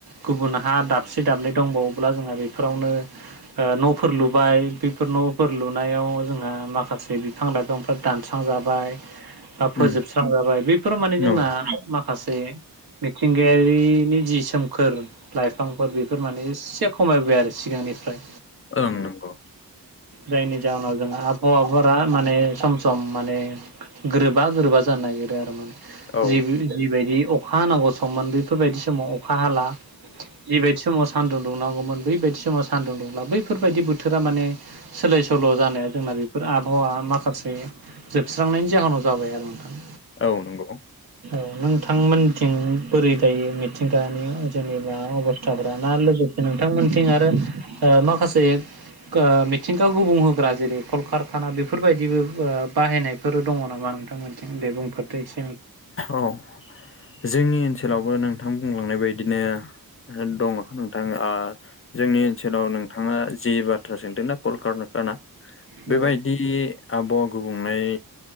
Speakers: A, on the right (about 85°); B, on the left (about 40°).
A: गुबुन हा दाबसे दाबनै दंबावोब्ला जोंहा बे फोरावनो ओ- न'फोर लुबाय बेफोर न'फोर लुनायाव जोंहा माखासे बिफां लाइफां बिफांफ्रा दानस्रांजाबाय बा फोजोबस्रांजाबाय
B: उम
A: बेफोराव माने जोंना
B: औ
A: माखासे मिथिंगायारिनि जि सोमखोर लाइफांफोर बेफोर माने एसे खमायबाय आरो सिगांनिफ्राय
B: ओं- नंगौ
A: जायनि जाहोनाव जोंहा आबहावाफोरा माने सम सम माने गोरोबा-गोरोबा जानो नागिरो आरो माने
B: औ
A: जे जि बायदि अखा हानांगौ सममोन बेफोरबायदि समाव अखा हाला। जिबायदि समाव सान्दुं दुंनांगौमोन बैबायदि समाव सानदुं दुंला बैफोरबायदि बोथोरा माने सोलाय-सोल' जानाया जोंना बेफोर आबहावा माखासे जोबस्रांनायनि जाहोनाव जाबाय आरो नोंथां।
B: औ- नंगौ
A: औ नोंथांमोनथिं बोरै दायो मिथिंगानि जेनेबा अबस्थाफ ना लोगोसे ओ नोंथांमोनथिं आरो ओ माखासे गा- मिथिंगा गुबुं होग्रा जेरै कलकारखाना बेफोरबायदिबो ओ- बाहायनाय बेफोरो दंङ नामा नोंथांमोनथिं दे बुंफोरदो एसे
B: औ- जोंनि ओनसोलावबो नोंथां बुंलांनाय बायदिनो ओ दङ नोंथां ओ। जोंनि ओनसोलाव नोंथाङा जि बाथ्रा सोंदोंना कलकारना ना
A: नोंथाङाबो
B: बेबायदि आबहावा गुबुंनाय